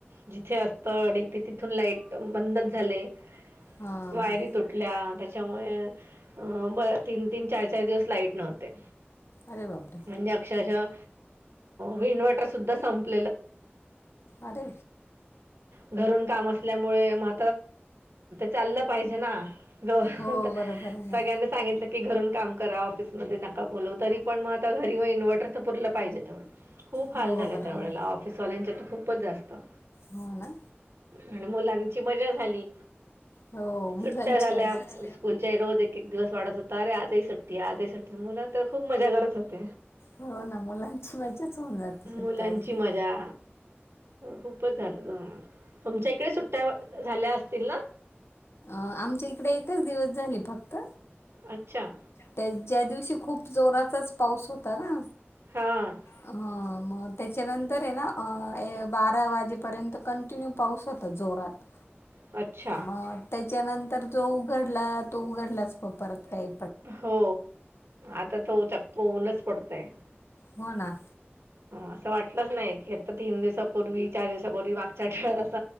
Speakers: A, on the right; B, on the left.
A: जिथे असत डीपी तिथून लाईट फोन बंदच झाले
B: हां.
A: वायरी तुटल्या त्याच्यामुळे अं ब तीन तीन चार चार दिवस लाईट नव्हते.
B: अरे बाबडे-
A: म्हणज अक्षशः विवट संप
B: अरे
A: घून का? मुळे म चाललं पाहिजे ना ग
B: हो बरोबर आहे ना.
A: सगळ्यांना सांगितलं की घरून काम करा ऑफिसमध्ये नका बोलव तरी पण मग आता घरी इन्व्हर्टर तरर पाहिजे तेवढ खूप
B: हो
A: हाल झाले
B: बरोबर
A: त्यावेळेला
B: आहे.
A: पिसवल्यांचे आ तर खूपच असता.
B: होना.
A: आणि मुलांची मजा झाली
B: हो मुलांची
A: सुट्ट्या झाल्या.
B: मजाच.
A: स्कूलच्या रोज एक एक दिवस वाढत होता अे आजही सुट्टी आजही सुट्टी मुला तर खूप मजा करत.
B: हो ना मुलांची मजाच होऊन जाते
A: मुलांची
B: सुट्ट्या असली.
A: मजा खूपच झालं तुमच्या इकडे सुट्ट्या झाल्या असतील ना.
B: आमच्या इकडे एकच दिवस झाली फक्त
A: अच्छा.
B: त्या ज्या दिवशी खूप जोराचाच पाऊस होता ना
A: हां
B: हा मग त्याच्यानंतर आहे ना बारा वाजेपर्यंत कंटिन्यू पाऊस होता जोरात
A: अच्छा.
B: मग त्याच्यानंतर जो उघडला तो उघडलाच मग परत काय?
A: हो आता त चक्क ऊनच पडतंय.
B: हो ना.
A: असं वाटलंच नाही की आता तीन दिवसापूर्वी चार दिवसापूर्वी मागच्या आेळ अस.